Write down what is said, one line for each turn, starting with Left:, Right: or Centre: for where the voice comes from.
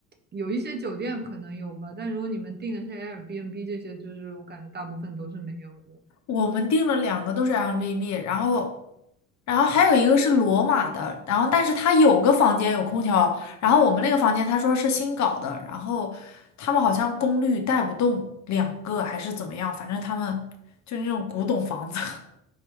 Right: 有一些酒店可能有吧，但如果你们订的是 Airbnb 这些，就是我感觉大部分都是没有的。
Left: 我们订了两个都是 a i b b 然后然后还有一个是罗马的，然后但是他有个房间有空调，然后我们那个房间他说是新搞的，然后他们好像功率带不动两个还是怎么样，反正他们就那种古董房子，<laughs>